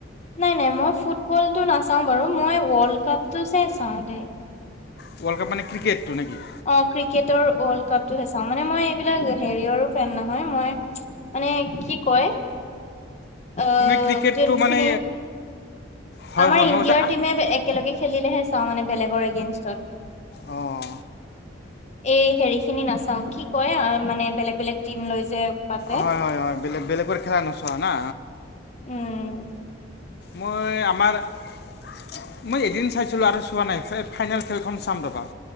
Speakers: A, on the left; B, on the left.
A: নাই নাই মই ফুটবল টো নাচাও বাৰু মই ৱৰ্ল্ড কাপ টো হে চাওঁ দেই।
B: ৱৰ্ল্ড কাপ মান ক্ৰিকেটো নে কি।
A: অ' ক্ৰিকেটৰ ৱৰ্ল্ড কাপটোহে চাওঁ। মানে মই এইবিলাক হেৰিয়ৰো ফেন নহয় মই- মানে কি কয় আ
B: মানে ক্ৰিকেটটো
A: যোনখিনি-
B: মানে হয়
A: আমাৰ
B: হয়
A: ইণ্ডিয়াৰ
B: মই কৈছো
A: টিমে একেলগে খেলিলেহে চাওঁ মানে বেলেগৰগেনষ্টত-
B: অঁ
A: এই হেৰি খিনি নাচাওঁ, কি কয় মানে- বেলেগ বেলেগ টিম লৈ যে পাতে
B: হয় হয় হয় বেলেগ বেলেগৰ খেলা নচোৱা না।
A: উম
B: মই আমাৰ- মই এদিন চাইছিলোঁ। আৰু চোৱা নাই ফাইনেল খেলখন চাম ৰ'বা।